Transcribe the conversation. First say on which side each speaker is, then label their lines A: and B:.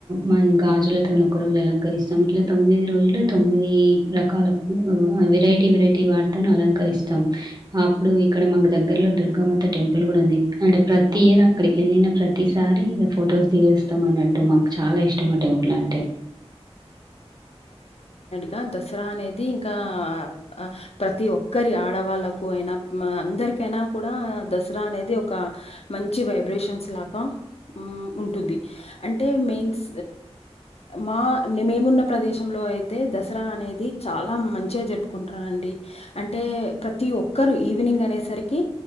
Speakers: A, on the right; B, on the left.
A: మనమ్ గాజులతోనీ ఒక రోజు అలంకరిస్తాం. ఇట్లా తొమ్మిది రోజులు తొమ్మిది రకాల పూ ఆ వేరైటీ, వేరైటీ వాటితోని అలంకరిస్తాం. అప్పుడు ఇక్కడ మాకు దగ్గర్లో దుర్గామాత టెంపుల్ కూడా ఉన్, ది. అంటే ప్రతి ఇయర్ అక్కడికి ఎళ్ళిన ప్రతిసారి, ఇగా ఫొటోస్ దిగేస్తాం అన్నట్టు. మాకు చాలా ఇష్ టం, టెంపుల్ అంటే.
B: కా దసరా అనేది ఇంకా, ఆ ప్రతి ఒక్కరి ఆడవాళ్ళలకు అయినా, మా అందరి కైనా కూడా, దసరా అనేది ఒక మంచి వైబ్రేషన్స్ లాగా ఉమ్ ఉంటుంది. ది. అంటే మిన్స్ మా మేమున్న ప్రదేశంలో అయితే దసరా అనేది చాలా మంచిగా జ ప్పుకుంట అంటే ప్రతి ఒక్కరు ఈవినింగ్ అనేసరికి